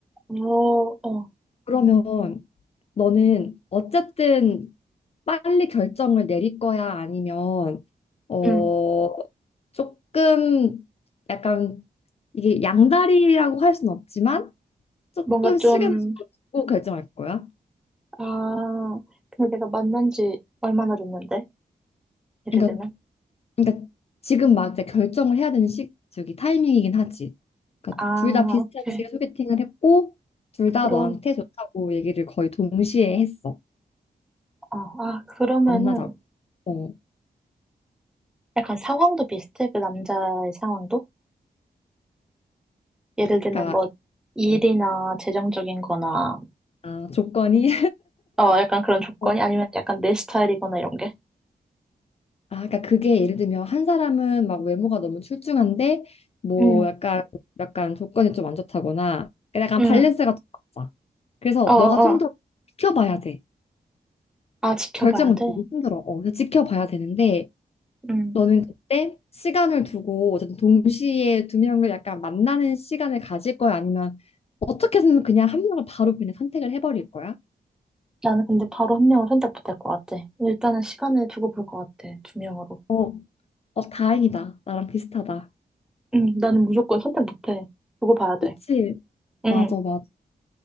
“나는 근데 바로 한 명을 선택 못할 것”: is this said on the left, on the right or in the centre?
Centre